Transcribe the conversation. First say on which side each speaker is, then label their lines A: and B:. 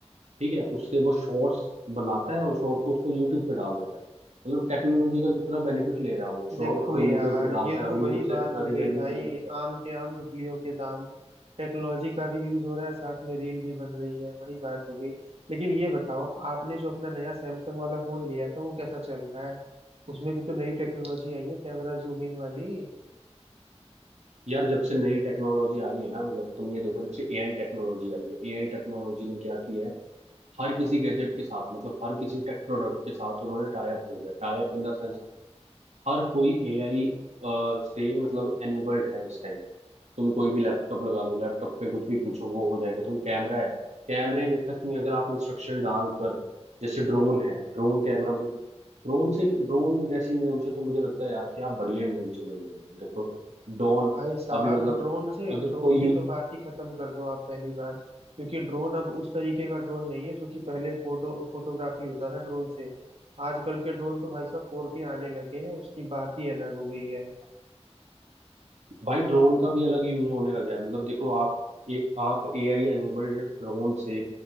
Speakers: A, on the right (about 80°); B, on the right (about 60°).
A: ठीक है उससे वो शॉर्ट्स बनाता है और शॉर्ट को उसको यूट्यूब पे डाल देता है मतलब टेक्नोलॉजी का कितना बेनिफिट ले रहा है वो शॉर्ट
B: देखो
A: को
B: यार
A: यूट्यूब पे डालता
B: ये
A: है
B: तो
A: और यूट्यूब
B: वही बात
A: से इतना
B: हो
A: रिवेन्यू
B: गई भाई
A: जनरेट कर
B: आम के आम गुठलियों के दाम टेक्नोलॉजी का भी यूज हो रहा है साथ में रील भी बन रही है वही बात हो गई लेकिन ये बताओ आपने जो अपना नया सैमसंग वाला फोन लिया था वो कैसा चल रहा है उसमें भी तो नई टेक्नोलॉजी आई है कैमरा जूम इन वाली
A: यार जब से नई टेक्नोलॉजी आई है ना मतलब तुम ये देखो जब से एआई टेक्नोलॉजी आई है एआई टेक्नोलॉजी ने क्या किया है हर किसी गैजेट के साथ मतलब हर किसी टेक प्रोडक्ट के साथ उन्होंने टाई अप हो गया tie up in the sense हर कोई एआई से मतलब एनेबल्ड है इस टाइम तुम कोई भी लैपटॉप लगा लो लैपटॉप में कुछ भी पूछो वो हो जाएगा तुम कैमरा है कैमरे में तक में अगर आप इंस्ट्रक्शन डालकर जैसे ड्रोन है ड्रोन कैमरा मतलब ड्रोन से ड्रोन जैसी इन्वेंशन तो मुझे लगता है यार क्या बढ़िया इन्वेंशन है ये drone। देखो ड्रोन
B: भाई साहब
A: अभी मतलब
B: ड्रोन से
A: अगर
B: ड्रोन
A: कोई
B: की
A: यूज
B: तो बात ही खत्म कर दो आप पहली बार क्योंकि ड्रोन अब उस तरीके का ड्रोन नहीं है जो कि पहले फोटो फोटोग्राफी होता था ड्रोन से आजकल के ड्रोन तो भाई साहब फोर के आने लगे हैं उसकी बात ही अलग हो गई है
A: भाई ड्रोन का भी अलग यूज होने लगा है मतलब देखो आप एक आप एआई एनेबल्ड ड्रोन से